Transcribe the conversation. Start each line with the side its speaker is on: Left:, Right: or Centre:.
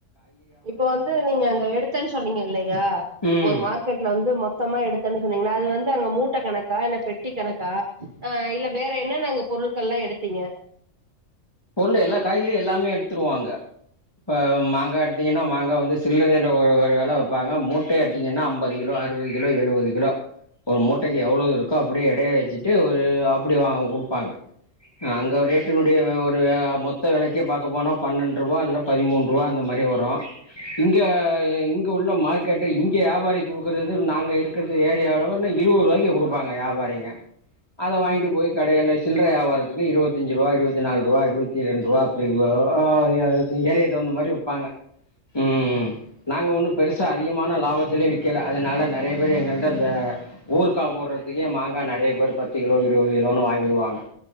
Right: இப்ப வந்து நீங்க அங்க எடுத்தேன்னு சொன்னீங்க இல்லயா
Left: ம்
Right: ஒரு மார்க் கெட்ல வந்து மொத்தமா எடுத்தேன் சொன்னீங்கள்ள அது வந்து அங்க மூட்ட கணக்கா இல்ல பெட்டி கணக்கா ஆ இல்ல வேற என்னன்ன அங்க பொருட்கள்லா எடுத்தீங்க
Left: பொருள் எல்லா காய்கறியு எல்லாமே எடுத்துறுவோ அங்க இப்ப மாங்கா எடுத்தீங்கன்னா மாங்கா வந்து சில்லரேல ஒரு ஒரு வெல வைப்பாங்க மூட்டயா எடுத் தீங்கன்னா அம்பது கிலோ அறுவது கிலோ எழுவது கிலோ ஒரு மூட்டைக்கி எவ்வளவு இருக்கோ அப்டியே எடைய வச்சுட்டு ஒரு அப்டி வாங்க குடுப்பாங்க அ அங்க ரேட்டினுடைய வ வ ஒரு மொத்த வெலக்கே பாக்க போனா பன்னண்டு ரூபா இல்ல பதிமூணு ரூபா அந்த மாரி வரு இங்க இங்க உள்ள மார்க்கெட்டு இங்க ஏபாரிக் குடுக்கறது நாங்க இருக் கறது ஏரியா லவல்ல இருவது ரூவாய்கு குடுப்பாங்க ஏவாரிங்க அத வாங்கிட்டு போய் கடேல சில்ற ஏவாரத்துக்கு இருவத்தஞ்சு ரூபா இருவத்த நாலு ரூபா இருவத்தி ரெண்டு ரூபா அப்டி <unintelligible> ஏரியாக் தகுந்த மாரி விப்பாங்க ம் நாங்க ஒண்ணு பெருசா அதிகமான லாபத்துலயே விக்கல அதுனால நெறைய பேர் எங்கள்ட்ட இந்த ஊருக்கா போட்றதுக்கே மாங்கா நெறைய பேரு பத்து கிலோ இருவது கிலோன்னு வாங்கிருவாங்க